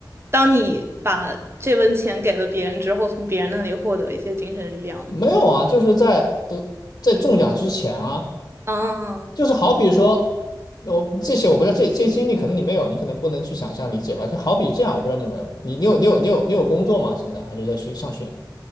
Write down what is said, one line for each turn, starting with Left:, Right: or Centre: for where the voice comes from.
Right: 当你把这份钱给了别人之后，从别人那里获得一些精神力量嘛
Left: 没有啊，就是在得在中奖之前啊。
Right: 啊。
Left: 就是好比说，我这些我不知道，这这些经历可能你没有，你可能不能去想象理解吧。就好比这样，我不知道你有没有，你你有你有你有你有工作吗？现在还是在学上学？